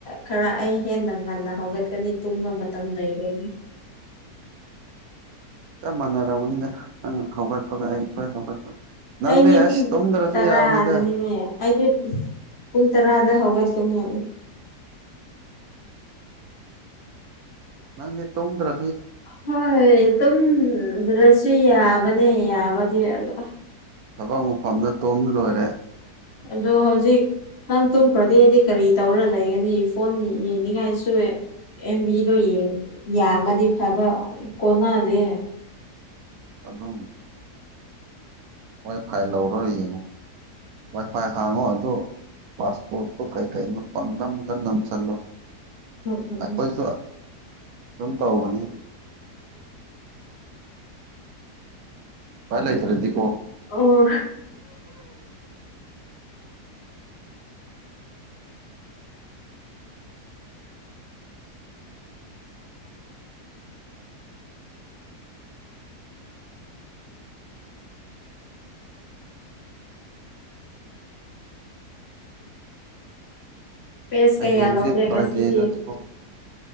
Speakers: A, on the left; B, on the right.
A: ꯈꯔ ꯑꯩ ꯍꯦꯟꯅ ꯉꯟꯅ ꯍꯧꯒꯠꯀꯅꯤ ꯇꯨꯝꯕ ꯃꯇꯝ ꯂꯩꯔ ꯂꯩꯅꯤ
B: ꯆꯞ ꯃꯥꯟꯅꯔꯅꯤꯗ ꯅꯪ ꯍꯧꯒꯠꯄꯒ ꯑꯩꯈꯣꯏ ꯍꯧꯒꯠꯄ ꯅꯪꯗꯤ
A: ꯑꯩꯅꯦ
B: ꯑꯁ
A: ꯄꯨꯡ
B: ꯇꯨꯝꯗ꯭ꯔꯁꯨ
A: ꯇꯔꯥꯗꯅꯤꯅꯦ
B: ꯌꯥꯕꯅꯤꯗ
A: ꯑꯩꯗꯤ ꯄꯨꯡꯨꯡ ꯇꯔꯥ ꯑꯗ ꯍꯧꯒ ꯀꯃꯤ ꯍꯥꯏ
B: ꯅꯪꯗꯤ ꯇꯣꯝ꯭ꯔ
A: ꯍꯣꯏ ꯑꯦꯝ ꯔꯁ ꯁꯤ ꯌꯥꯕꯅꯦ ꯌꯥꯕꯗꯤ ꯑꯗꯣ
B: ꯊꯕꯛ ꯃꯐꯝꯗ ꯇꯨꯝ ꯂꯣꯏꯔꯦ
A: ꯑꯗꯣ ꯍꯧꯖꯤꯛ ꯅꯪ ꯇꯨꯝꯈ꯭ꯔꯗꯤ ꯑꯩꯗꯤ ꯀꯔꯤ ꯇꯧꯔ ꯂꯩꯒꯅꯤ ꯐꯣꯟ ꯌꯦꯡꯅꯤꯡꯉꯥꯏꯁꯨ ꯑꯦꯝꯕꯤꯗꯣ ꯌꯥꯝꯃꯗꯤ ꯐꯕ ꯀꯅꯥꯗꯦ
B: ꯑꯗꯨꯗꯣ ꯋꯥꯏ ꯐꯥꯏ ꯂꯧꯔꯣꯏ ꯌꯦꯡꯉꯣ ꯋꯥꯏ ꯐꯥꯏ ꯍꯥꯡꯉꯣ ꯄꯥꯁꯄꯣꯠ ꯇ ꯀꯩ ꯀꯩ ꯅ ꯄꯗ ꯅꯝ ꯆꯜꯂꯣ
A: ꯎꯝ ꯎꯝ
B: ꯑꯩꯈꯣꯏꯁꯨ ꯁꯨꯝ ꯇꯧꯕꯅꯤ ꯐꯂꯥꯏꯇꯔꯦ ꯇꯤꯛꯣ
A: ꯑꯣ ꯄꯦꯁ
B: ꯍꯌꯦꯡꯁꯦ
A: ꯀꯌꯥ ꯂꯧꯒꯦ
B: ꯐ꯭ꯔꯥꯏꯗꯦ
A: ꯉꯁꯤꯗꯤ
B: ꯅꯠꯇꯀꯣ